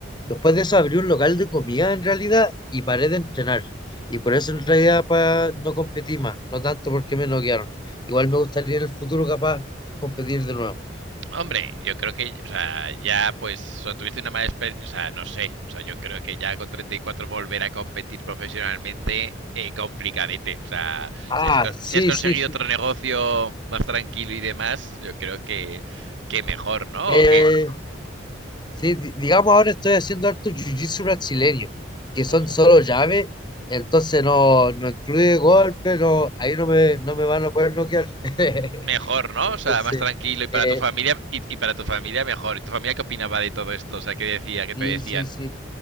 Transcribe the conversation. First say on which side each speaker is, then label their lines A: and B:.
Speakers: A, on the left; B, on the right.
A: después de eso abrí un local de comida en realidad y paré de entrenar. Y por eso en realidad pa, no competí más, no tanto porque me noquearon. Igual me gustaría en el futuro capaz competir de nuevo.
B: Hombre, yo creo que, o sea, ya pues o sea, tuviste una mala experiencia, o sea, no sé, o sea, yo creo que ya con 34 volver a competir profesionalmente, eh, complicadete, o sea,
A: Ah,
B: si has, co-
A: sí,
B: si has conseguido
A: sí, sí.
B: otro negocio más tranquilo y demás, yo creo que, que mejor, ¿no?
A: Eh,
B: ¿O qué?
A: sí, di- digamos ahora estoy haciendo harto jiu-jitsu brasileño, que son
B: Ojo.
A: solo llaves, entonces no, no incluye golpe, no, ahí no me, no me van a poder noquear. <laughs>
B: Mejor, ¿no?
A: Entonces,
B: O sea, más tranquilo y para
A: eh,
B: tu familia, y, y para tu familia mejor. ¿Y tu familia qué opinaba de todo esto? O sea, ¿qué decía, qué
A: sí,
B: te decían?
A: sí, sí.